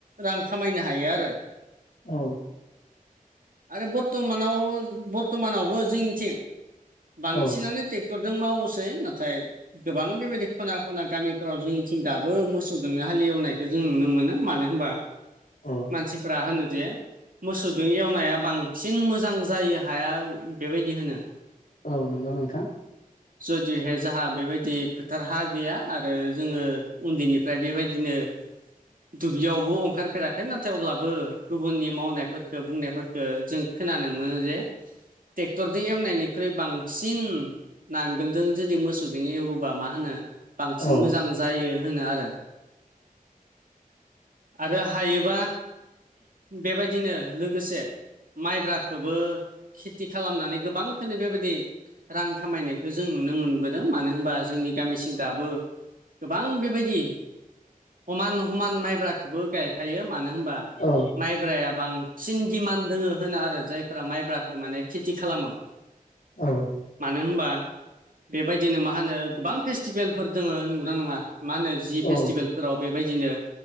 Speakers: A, on the right; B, on the left.
A: रां खामायनो हायो आरो।
B: औ।
A: आरो बर्तमानाव बर्तमानावबो जोंनिथिं बांसिनानो
B: औ
A: ट्रेक्टरजों मावोसै नाथाय गोबां बेबायदि खना खना गामि फोराव जोंनिथिं दाबो मोसौदोंनो हालि एवनायखौ जों नुनो मोनो मानो होनबा
B: औ
A: मानसिफ्रा होनो जे मोसौदों एवनाया बांसिन मोजां जायो हाया बेबायदि होनो।
B: औ नोंगौ नोंथां।
A: जुदिहे जाहा बेबायदि फोथार हा गैया आ आरो जोङो उन्दैनिफ्राय बेबायदिनो दुब्लियावबो अंखारफेराखै नाथाय अब्लाबो गुबुननि मावनायफोरखो बुंनायफोर ओ जों खोनानो मोनो जे ट्रेक्टरजों एवनायनिख्रुइ बांसिन नांगोलजों जुदि मोसौजों एवोबा मा होनो बांसिन
B: औ
A: मोजां जायो होनो आरो। आरो हायोबा बेबायदिनो लोगोसे माइब्राखोबो खेति खालामनानै गोबांखोनो बेबायदि रां खामायनायखो जों नुनो मोनबोदों मानो होनबा जोंनि गामिसिं दाबो गोबां बेबायदि खमान खमान माइब्राखोबो गायफायो मानो होनबा
B: औ।
A: माइब्राया बांसिन दिमान्ड दोङो होनो आरो जायफोरा माइब्राखौ माने खेति खालामो।
B: औ।
A: मानो होनबा बेबायदिनो मा होनो गोबां फेस स्टिभेलफोर दोङो नंगौना नङा? मा होनो जि
B: औ
A: फेस्टिभेलफोराव बेबायदिनो